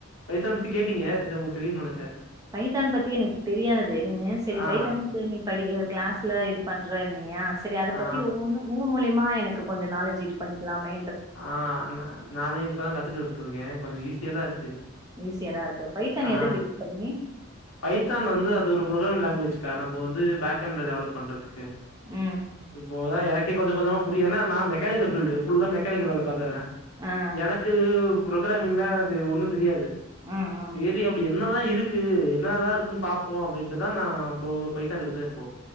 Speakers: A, on the left; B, on the right.
A: பைத்தான் பத்தி கேட்டீங்க செ உங்களுக்கு தெரியுனு நெனச்சே
B: பைத்தான் பத்தி எனக்கு தெரியாது நீனே செரி
A: ஆ
B: பைத்தானுக்கு நீ படிக்க கிளாஸ்ல பண்றேன் யா சேரி அத
A: ஆ
B: பத்தி ஓ ஒன்னு ஊ மொழி மா எனக்கு கொஞ்ச நாலஜ் இது பண்ணிக்கலாமே
A: ஆ நா நானே இப்பதா கத்துக்கிர்ட்டுருக்கே கொஞ்சோ ஈஸியாதா இருக்கு
B: ஈஸியாதா இருக்கு பைத்தான்
A: ஆ
B: எத பேஸ் பண்ணி
A: பைத்தான் வந்து அது ஒரு பு்ரோன் லாங்குவேஜ்க்கா நம்ம வந்து பேக்ண்ட்ல டெவலப் பண்றதுக்கு
B: ஆ
A: இப்போதா எனக்கே கொஞ்சோ கொஞ்சமா புரியு ஏன்னா நா மெக் பேலிங்க சொல்ட்டு ஃபுல்லா மெக் க்கேனிக் வேல பாத்தவே
B: ஆ
A: எனக்கு புரோக்ராமிங்கள து ஒண்ணு தெரியாது
B: ம் ம்
A: சேரி அப்பிடி என் ன்னதா இருக்கு என்னதா இருக்குன்னு பாப்போ அப்பிடின்ட்டுதா நா இப்ப பைதான் எடுத்தப்போ